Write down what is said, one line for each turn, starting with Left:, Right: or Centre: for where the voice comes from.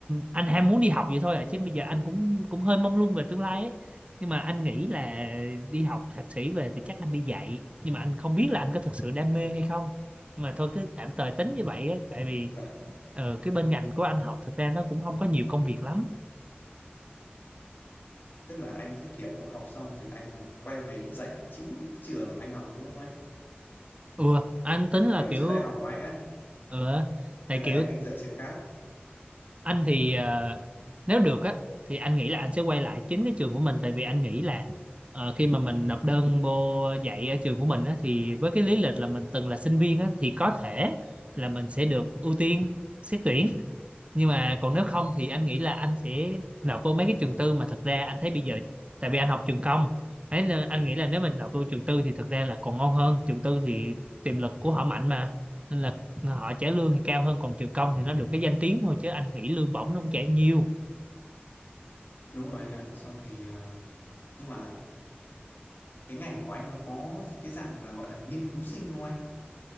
Right: anh ham muốn đi học vậy thôi à chứ bây giờ anh cũng cũng hơi mông lung về tương lai ấy nhưng mà anh nghĩ là đi học thạc sĩ về thì chắc anh đi dạy nhưng mà anh không biết là anh có thực sự đam mê hay không mà thôi cứ tạm thời tính như vậy ấy, tại vì
Left: là
Right: ờ, cái bên ngành của anh học thật ra nó cũng không có nhiều công việc lắm
Left: tức là anh sẽ kiểu học xong rồi anh này quay về dạy chính trường anh học đúng không anh
Right: ừ anh tính là
Left: kiểu
Right: kiểu
Left: trường đại học của anh á
Right: ờ tại
Left: hay là
Right: kiểu
Left: em định dạy trường khác
Right: anh thì ờ, nếu được á thì anh nghĩ là anh sẽ quay lại chính cái trường của mình tại vì anh nghĩ là ờ, khi mà mình nộp đơn vô dạy ở trường của mình á thì với cái lý lịch là mình từng là sinh viên á thì có thể là mình sẽ được ưu tiên xét tuyển nhưng mà còn nếu không thì anh nghĩ là anh sẽ nộp vô mấy cái trường tư mà thực ra anh thấy bây giờ tại vì anh học trường công ấy nên anh nghĩ là nếu mình nộp vô trường tư thì thực ra là còn ngon hơn trường tư thì tiềm lực của họ mạnh mà nên là họ trả lương thì cao hơn còn trường công thì nó được cái danh tiếng thôi chứ anh nghĩ lương bổng nó không trả nhiều
Left: đúng rồi anh ạ xong thì ờ, nhưng mà cái ngành của anh nó có cái dạng là gọi là nghiên cứu sinh không anh